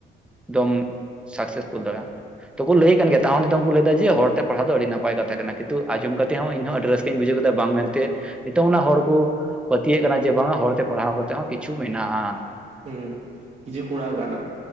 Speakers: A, in the centre; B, on the right.
A: ᱫᱚᱢᱼᱼ ᱥᱟᱠᱥᱮᱥᱯᱷᱩᱞ ᱫᱟᱲᱟ ᱛᱩᱵᱩ ᱞᱟᱹᱭ ᱮᱫ ᱠᱟᱱ ᱜᱮᱭᱟ ᱛᱟᱣ ᱦᱚᱸ ᱱᱤᱛᱚᱝ ᱠᱚ ᱞᱟᱹᱭᱫᱟ ᱡᱮ ᱦᱚᱲᱛᱮ ᱯᱟᱲᱦᱟᱣ ᱫᱚ ᱟᱹᱰᱤ ᱱᱟᱯᱟᱭ ᱱᱟᱯᱟᱭ ᱠᱟᱛᱷᱟ ᱠᱟᱱᱟ ᱠᱤᱱᱛᱩ ᱟᱸᱡᱚᱢ ᱠᱟᱛᱮ ᱦᱚᱸ ᱤᱧᱦᱚᱸ ᱟᱹᱰᱤ ᱨᱟᱹᱥᱠᱟᱹᱧ ᱵᱩᱡᱷᱟᱹᱣ ᱠᱮᱫᱟ ᱵᱟᱝ ᱢᱮᱱᱛᱮ ᱱᱤᱛᱚᱝ ᱨᱮᱱᱟᱜ ᱦᱚᱲ ᱠᱚ ᱯᱟᱹᱛᱭᱟᱹᱜ ᱠᱟᱱᱟ ᱡᱮ ᱵᱟᱝᱟ ᱦᱚᱲᱛᱮ ᱯᱟᱲᱦᱟᱣ ᱠᱟᱛᱮᱜ ᱦᱚᱸ ᱠᱤᱪᱷᱩ ᱢᱮᱱᱟᱜᱼᱟ
B: ᱦᱩᱸ ᱠᱤᱪᱷᱩ ᱠᱚᱲᱟ <unintelligible>